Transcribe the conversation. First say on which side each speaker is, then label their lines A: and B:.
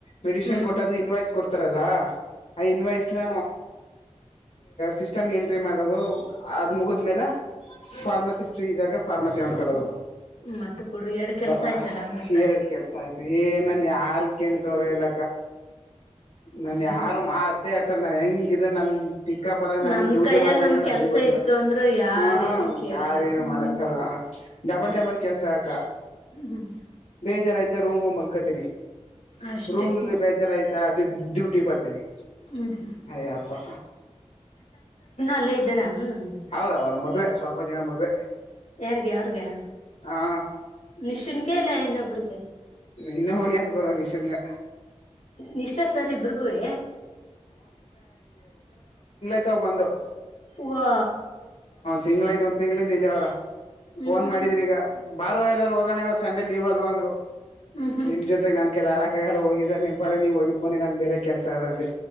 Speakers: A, on the left; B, on the left.
A: ಮೆಡಿಶನ್
B: ಹ್ಮ್
A: ಕೊಟ್ಟಂದ್ರೆ ಇನ್ ವಯಸ್ ಕೊಡ್ತಾರಲ್ಲ ಹಾ ಇನ್ ವಯಸನ ಸಿಸ್ಟಮ್ ಎಂಟ್ರಿ ಮಾಡೋದು ಅದ್ ಮುಗದ ಮೇಲೆ ಫಾರ್ಮಸಿ ಫ್ರೀ ಇದ್ದಾಗ ಫಾರ್ಮಸಿ ನೋಡ್ಕೊಳ್ಳದು
B: ಮತ್ತೆ ಬಿಡು ಎರಡು ಕೆಲ್ಸ
A: ಹ
B: ಆಯ್ತಲ್ಲ ಹಂಗಾದ್ರ
A: ಎರಡು ಕೆಲ್ಸ ಆಯ್ತು ಏ ನನ್ ಯಾರು ಕೇಣಕ ಅವ್ರ ಇಲ್ಲ ನನ್
B: ಬಿಡು
A: ಯಾರು ಮಾತ್ತೆ ಆಡ್ಸಲ್ಲ ನಾ ಹೆಂಗಿದಿನ್ ನನ್ ದಿಕ್ಕಾಪಲಗಿ ನಾನ್
B: ನಮ್
A: ಡ್ಯೂಟಿ
B: ಕೈಯಲ್ಲಿ
A: ಮಾಡ್ದಾನ
B: ನಮ್
A: ಏನು ನನ್ಗೆ
B: ಕೆಲ್ಸ
A: ಗೊತ್ತಿಲ್ಲ
B: ಇತ್ತು ಅಂದ್ರು ಯಾರೇನು
A: ಹ
B: ಕೇಳಲ್ಲ
A: ಯಾರೇನು
B: ಹ್ಮ್
A: ಮಾಡಕಗಲ್ಲ ಡಬಲ್ ಡಬಲ್ ಕೆಲಸ ಅಕ್ಕ
B: ಹ್ಮ್ ಹ್ಮ್
A: ಬೇಜಾರಾಯ್ತಾ ರೂಮ್ ಹೋಗ್ ಮಲ್ಕತೀನಿ
B: ಅಷ್ಟೇ
A: ರೂಮ್ ಬೇಜಾರ ಆಯ್ತಾ ಡೂ ಡ್ಯೂಟಿಗೆ ಬರ್ತೀನಿ
B: ಹ್ಮ ಹ್ಮ
A: ಅಯ್ಯಪ್ಪ ಹ
B: ಅಲ್ಲೇ ಇದ್ದಾರಾ ಹ್ಮ್
A: ಅವ್ರ ಅವ್ರ ಮದ್ವೆ ಸ್ವಲ್ಪ ಜನ ಮದ್ವೆ
B: ಯಾರ್ಗೆ ಅವ್ರಗೆಯ
A: ಹಾ
B: ನಿಶುನ್ಗೆ ಇಲ್ಲ ಇನ್ನೊಬ್ಬ್ರಿಗೆ
A: ಇನ್ನು ಹೋಗಿ ಅತ್ಕದ ನಿಶನ್ಗ
B: ನಿಶಾ ಸರ್ ಇಬ್ಬರುಗುವೆ
A: ಇತ್ತಗ್ ಬಂದು
B: ವಾ
A: ತಿಂಗಳ ಐತು ಒಂದು ತಿಂಗಳಿಂದ ಇಲ್ಲೆ ಅವ್ರ
B: ಹ್ಮ್
A: ಫೋನ್
B: ಹ್ಮ್
A: ಮಾಡಿದ್ರಿ ಈಗ ಬಾರೊ ಎಲ್ಲಾರ ಹೋಗೋಣ ಸಂಡೆ ಲೀವ್ ಅಲ್ವಾ ಅಂದ್ರು
B: ಹ್ಮ್
A: ನಿಮ್ ಜೊತೆಗೆ ನನ್ ಕೈಲಿ ಆಡಕ್ ಲ್ಲ ಹೋಗಿ ಸರ್ ನಿಂಪಾಡ್ಗ್ ನೀವು ಹೋಗಿದ್ ಬನ್ನಿ ನನ್ ಬೇರೆ ಕೆಲಸ ಅದ ಅಂದಿ